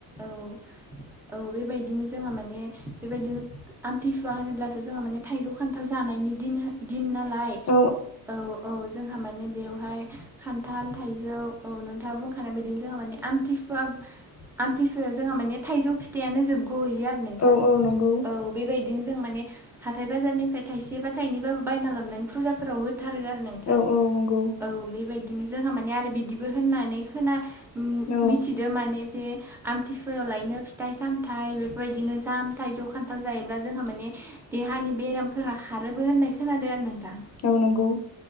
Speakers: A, in the centre; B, on the left.
A: औ औ बेबायद दिनो जोंहा माने बेबायदिनो आमथिसुवा होनोब्लाथ' जोंहा माने थाइजौ खान्थाल जानायनि दिन हो नाल नाय
B: औ
A: औ औ। जोंहा माने बेवहाय खान्थाल थाइजौ औ नोंथाङा बुंख <unintelligible> खानाय बेदिनो जोंहा माने आमथिसुवा आमथिसुवायाव जोंहा माने थाइजौ फिथाइयानो जोबग' होयो <unintelligible> नोंथां
B: औ औ नंगौ
A: औ बेबायदिनो जों माने हाथाय बाजारनिफ्राय थाइसे बा थाइनैबाबो बायना लाबनानै फुजाफोराव होथारगो आरो नों
B: औ औ नंगौ।
A: औ बेबायदिनो जोंहा मानिे आरो बिदिबो होननानै खोना
B: औ
A: मिथि माने जे आमथिसुवायाव लायनो फिथाइ सामथाइ बेफोरबायदिनो जाम थाइजौ खान्थाल गोथाव जायोब्ला जोंहा माने देहानि बेरामफोरा खारोबो होननाय खोनादों आरो नों दां
B: औ नंगौ।